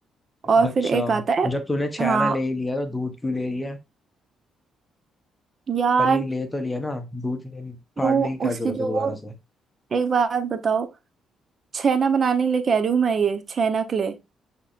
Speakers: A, on the right (about 45°); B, on the left (about 15°).
A: और
B: अच्छा
A: फिर एक आता है
B: जब तूने छैना
A: हाँ
B: ले ही लिया तो दूध क्यों ले लिया
A: यार
B: पनीर ले तो लिया ना दूध ले
A: क्यों
B: फाड़ने की क्या
A: उसकी
B: जरूरत
A: जो
B: है दोबारा
A: वो
B: से
A: एक बात बताओ छेना बनाने के लिए कह रही हूँ मैं ये छेना के लिए